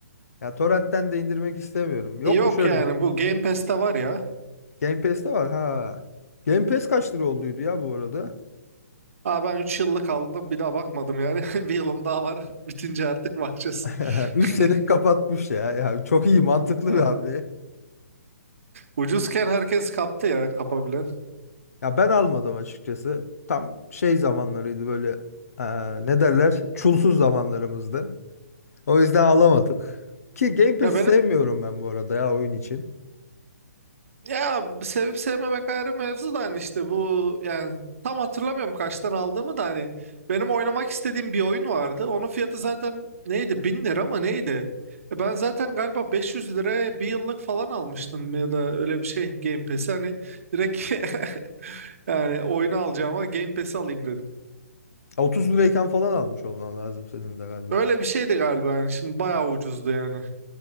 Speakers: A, on the left; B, on the right.
A: Ya torrentten de indirmek istemiyorum. Yok
B: Yok
A: mu şöyle?
B: yani bu Game Pass'te var ya.
A: Game Pass'te var ha. Game Pass kaç lira olduydu ya bu arada?
B: Aa ben 3 yıllık aldım bir daha bakmadım yani. <laughs> Bir yılım daha var <laughs> bitince artık bakacağız.
A: <laughs> 3
B: <laughs>
A: sene kapatmış ya. Ya çok iyi mantıklı
B: Ah,
A: bir hamle.
B: Ucuzken herkes kaptı ya kapabilen.
A: Ya ben almadım açıkçası. Tam şey zamanlarıydı böyle eee, ne derler? Çulsuz zamanlarımızdı. O yüzden alamadık. Ki Game Pass'i
B: Ya benim
A: sevmiyorum ben bu arada ya oyun için.
B: Ya sevip sevmemek ayrı mevzu da hani işte bu yani tam hatırlamıyorum kaçtan aldığımı da hani benim oynamak istediğim bir oyun vardı. Onun fiyatı zaten neydi? 1000 lira mı neydi? E ben zaten galiba 500 liraya bir yıllık falan almıştım ya da öyle bir şey Game Pass'i hani direkt <laughs> yani oyunu alacağıma Game Pass'i alayım dedim.
A: 30 lirayken falan almış olman lazım senin de galiba.
B: Öyle bir şeydi galiba yani şimdi bayağı ucuzdu yani.